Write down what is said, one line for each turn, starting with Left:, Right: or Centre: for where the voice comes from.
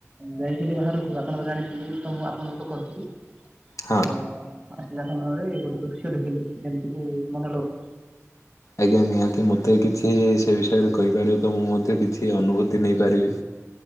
Right: ଯାଇଥିଲି ବାହାରକୁ ଆପଣ ତ ଜାଣିଥିଲି ମୁଁ ତ ମୁଁ ଆପଣଙ୍କୁ ତ କହିଥିଲି।
Left: ହଁ।
Right: ତ ଆସିଲାରେ ସମୟ ଗୋଟେ ଦୃଶ୍ୟ ଦେଖିଲି ଯେମିତି କି ମନୋଲୋଭା।
Left: ଆଜ୍ଞା ନିହାତି ମତେ କିଛି ସେ ବିଷୟରେ କହିପାରିବେ ତ ମୁଁ ମଧ୍ୟ କିଛି ଅନୁଭୂତି ନେଇପାରିବି।